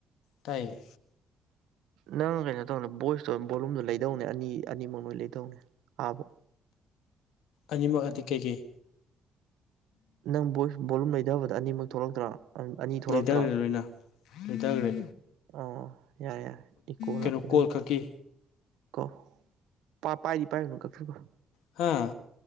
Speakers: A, on the left; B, on the right.
A: ꯇꯥꯏꯌꯦ
B: ꯅꯪ ꯀꯩꯅꯣ ꯇꯧꯅꯦ ꯚꯣꯏꯁꯇꯣ ꯚꯣꯂꯨꯝꯗꯣ ꯂꯩꯗꯧꯅꯦ ꯑꯅꯤ ꯑꯅꯤꯃꯛ ꯂꯣꯏ ꯂꯩꯗꯧꯅꯦ ꯑꯥꯕꯧ
A: ꯑꯅꯤꯃꯛ ꯑꯗꯤ ꯀꯩꯀꯩ
B: ꯅꯪ ꯕꯣꯂꯨꯝ ꯂꯩꯗꯕꯗ ꯑꯅꯤꯃꯛ ꯊꯣꯛꯂꯛꯇ꯭ꯔꯣ ꯑꯅꯤ ꯊꯣꯛꯂꯛꯇ꯭ꯔꯣ
A: ꯂꯩꯊꯈ꯭ꯔꯦ ꯂꯣꯏꯅ ꯂꯩꯊꯈ꯭ꯔꯦ
B: ꯑ ꯌꯥꯔ ꯌꯥꯏꯔ ꯏꯀꯣ
A: ꯀꯩꯅꯣ
B: ꯂꯥꯛꯄꯗꯅꯤ
A: ꯀꯣꯜ ꯈꯛꯀꯤ
B: ꯀꯣ ꯄ ꯄꯥꯏꯗꯤ ꯄꯥꯏꯔꯨꯅꯨ ꯀꯛꯊꯠꯈ꯭ꯔꯣ
A: ꯍꯥꯥ